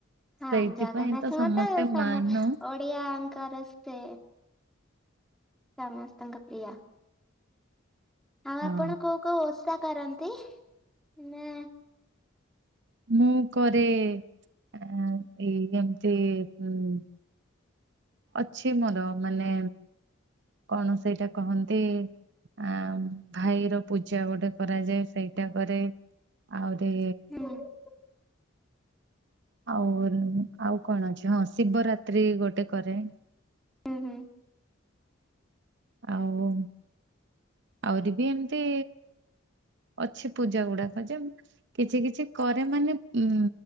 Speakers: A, in the centre; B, on the right.
A: ହଁ
B: ସେଇଥିପାଇଁ
A: ଜଗନ୍ନାଥଙ୍କୁ
B: ସମସ୍ତେ
A: ତ ସମ
B: ମାନୁ
A: ଓଡିଆଙ୍କର ସେ ସମସ୍ତଙ୍କ ପ୍ରିୟ। ଆଉ ଆପଣ
B: ହଁ
A: କୋଉ କୋଉ ଓଷା କରନ୍ତି ନା?
B: ମୁଁ କରେ ଆ ଏଇ ଏମତି ଉଁ ଅଛି ମୋର ମାନେ କଣ ସେଇଟା କହନ୍ତି। ଆଁ ଭାଇ ର ପୂଜା ଗୋଟେ କରାଯାଏ ସେଇଟା କରେ। ଆଉରି।
A: ହୁଁ ହୁଁ
B: ଆଉ ଆଉ କଣ ଝ ହଁ ଶିବରାତ୍ରି ଗୋଟେ କରେ।
A: ହୁଁ ହୁଁ।
B: ଆଉ ଆଉରି ବି ଏମତି। ଅଛି ପୂଜା ଗୁଡାକ ଯେ କିଛି କିଛି କରେ ମାନେ ଉ